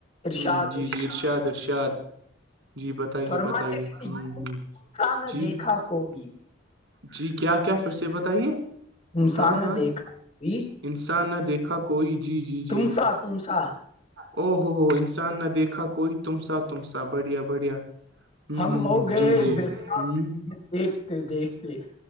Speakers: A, on the left; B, on the right.
A: ارشاد
B: ہ جی جی ارشاد ارشاد جی بتائیے
A: فرماتا
B: بتائیے ہ ہ
A: نہ
B: جی
A: دیکھا کوئی
B: جی کیا کیا فر سے بتائیے
A: مسانہ
B: ہاں ہاں
A: دیکھئی
B: انسان نے دیکھا کوئی جی جی
A: تم
B: جی
A: سا تم سا
B: او ہوو ہو انسان نے دیکھا کوئی تم سا تم سا بڑھیا بڑھیا ہوں
A: ہم
B: ہ
A: ہو گئے
B: ہ جی جی
A: باب
B: ہوں
A: دیکھتے دیکھتے